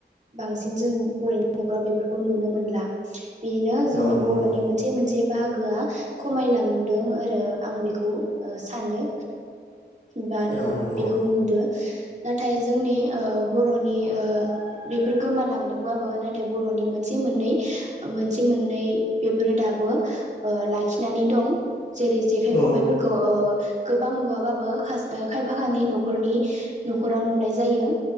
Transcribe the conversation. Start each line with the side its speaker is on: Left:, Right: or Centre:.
Right: बांसिन जों बर'नि न'खराव बेफोरखौ नुनो मोनला। बेनो जोंनि
Left: औ नंगौ
Right: बर'नि मोनसे मोनसे बाहागो गोया खमायलांदों आरो आं बेखौ ओ सानदों। बा आरो
Left: औ नंगौ
Right: बेखौ नुदों नाथाय जोंनि ओ बर'नि ओ बेफोर गोमालांदोंबाबो नाथाय बर'नि मोनसे मोननै मोनसे मोननै बेफोरो दाबो ओ लाखिनानै दं। जेरै जेखाइ
Left: औ
Right: खबाइफोरखौ ओ गोबां नुवाबाबो खायफा खानि न'खरनि न'खराव नुनाय जायो।